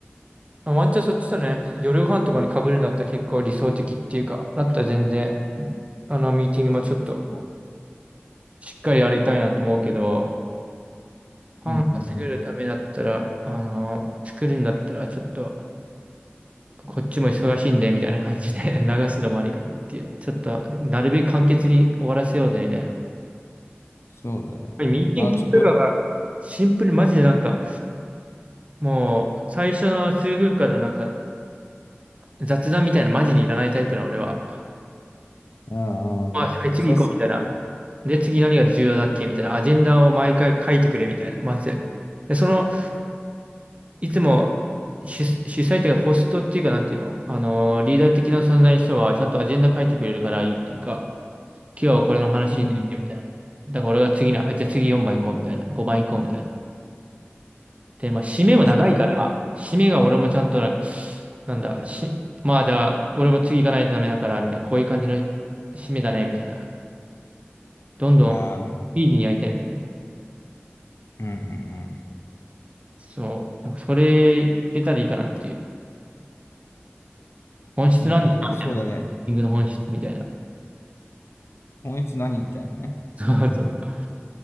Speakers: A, on the right; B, on the left.
A: まあワンチャンそっちとね、夜ご飯とかに被るんだったら結構理想的っていうか、だったら全然、あの、ミーティングもちょっと
B: そう。
A: しっかりやりたいなと思うけど、パン稼げるためだったら、
B: うんうんうん。
A: あの、作るんだったらちょっと、こっちも忙しいんで、みたいな感じで <laughs> 流すのもありかなっていう。ちょっと、なるべく簡潔に終わらせようぜ、みたいな。
B: そうだね。
A: これミーティングとかが、
B: まあちょっと、
A: シンプルにマジでなんか、もう、最初の数分間のなんか、雑談みたいなマジにいらないタイプの俺は。
B: ああ、もう、
A: まあ、はい次行こうみたいな。
B: さっさと
A: で、次何が重要だっけみたいな。アジェンダを毎回書いてくれみたいな。まず。で、その、いつも主、主催というか、ホストっていうか、なんていうのあの、リーダー的な存在の人は、ちゃんとアジェンダ書いてくれるからいいっていうか、今日はこれの話についてみたいな。
B: うん。
A: だから俺が次の、あじゃあ次4番行こうみたいな。5番行こうみたいな。で、まあ、締めも長いから、
B: しっかり
A: 締めが俺もちゃんとなんか、なんだ、し、まあじゃあ、俺も次行かないとダメだから、みたいな、こういう感じの締めだね、みたいな。どんどんスピーディーにやりたいのね。
B: ああ、うんうん
A: そう。だからそれ、いけたらいいかなっていう。本質なんですかみたいな。
B: うん。いやいや、そうだね。
A: リングの本質みたいな。
B: 今月何みたいなね。
A: そうそう。